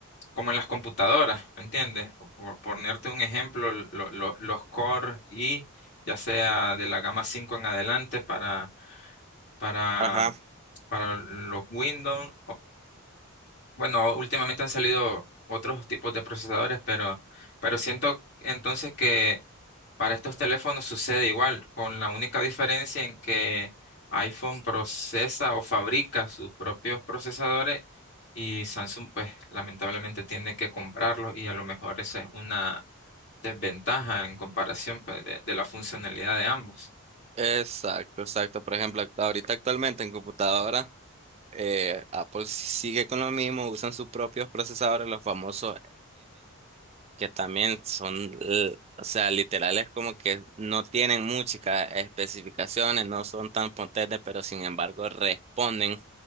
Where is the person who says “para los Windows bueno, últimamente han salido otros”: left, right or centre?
Left